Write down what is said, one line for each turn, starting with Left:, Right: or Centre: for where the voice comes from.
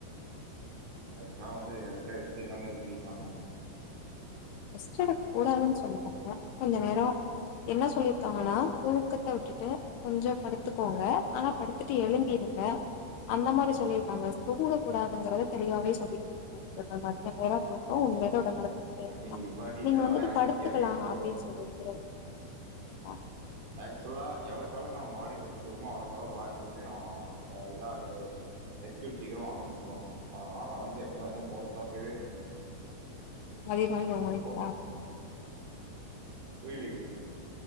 Right: அதுக்காக வந்து அதுக்காக ரெஸ்ட் எடுக்காமயே இருக்க முடியுமாங்க
Left: ரெஸ்ட் எடுக்க கூடாதுன் சொல்ல கொஞ்ச நேரம் என்ன சொல்லிருக்காங்கன்னா தூக்கத்த விட்டுட்டு கொஞ்சம் படுத்துக்கோங்க ஆனா படுத்துட்டு எழும்பிருங்க அந்த மாரி சொல்லியிருக்காங்க தூங்க கூடாதுங்கறதே சரியாவே சொல்லி <inaudible> மதிய நேரோ தூக்கோ உண்மைலே <unintelligible> <unintelligible>
Right: எனக்கு நீங்க இவ்ளோ டீட்டெயில்
Left: நீங்க வந்துட்டு
Right: எல்லா எனக்கு
Left: படுத்துக்கலா
Right: தெரியாதுங்க தூக்கத்
Left: அப்டின்னு சொல்லிட்டு <unintelligible>
Right: ஆக்சுவலா எவ்வளக்கு எவ்வளக்கு நம்ம பாடிக்கு ரெஸ்ட் கொடுக்குறோமோ அவ்வளக்கு அவ்வள பாடி வந்து அ இதாகு <unintelligible> சீக்கிரமா ஆவுனு சொல்லுவாங்க அதனாலநா வந்து எப்ப வந்து மோஸ்ட் ஆப் இது
Left: <unintelligible>
Right: போ புரியலீங்க